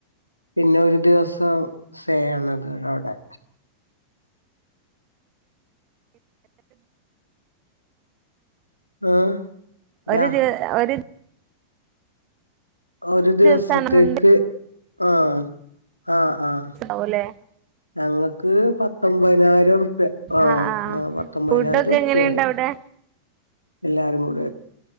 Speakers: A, on the left; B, on the right.
A: പിന്നെ ഒരു ദിവസം സേ ആണത് അവ്ടെ ആഹ്
B: ഒര്
A: രാ
B: ഒര് ദിവ ഒര്
A: ഒരു ദിവസത്തേക്ക്
B: ദിവസാണെന്നുണ്ടെ
A: ആഹ് ആഹ് ആഹ്
B: ഔലെ
A: ഞങ്ങക്ക് പത്തൊമ്പതിനായിരുറ്പ്യ ആ
B: ആഹ് ആഹ്
A: ആ പത്തൊമ്പതിനായിരുറ്പ്യായി
B: ഫുഡൊക്കെ എങ്ങനെയുണ്ട് അവിടെ
A: എല്ലാരും കൂടെ